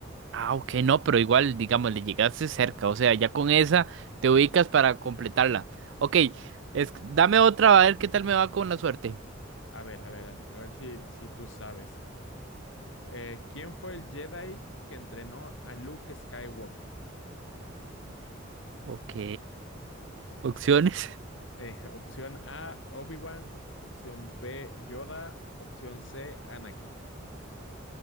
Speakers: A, on the right; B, on the left.
A: Ah, ok, no, pero igual, digamos, le llegaste cerca. O sea, ya con esa te ubicas para completarla. Ok, es- dame otra, a ver qué tal me va con la suerte.
B: A ver, a ver, a ver si, si tú sabes. Eh, ¿quién fue el Jedi que entrenó a Luke Skywalker?
A: Ok. Opciones. <laughs>
B: Eh, opción A, Obi-Wan. Opción B, Yoda. Opción C, Anakin.